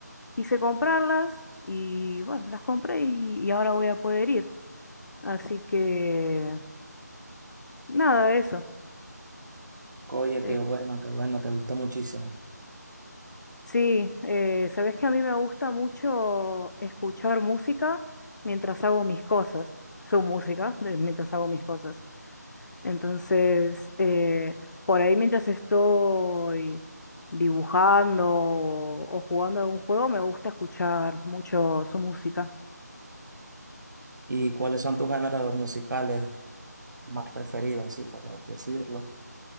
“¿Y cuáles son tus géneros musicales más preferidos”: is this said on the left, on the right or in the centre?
Right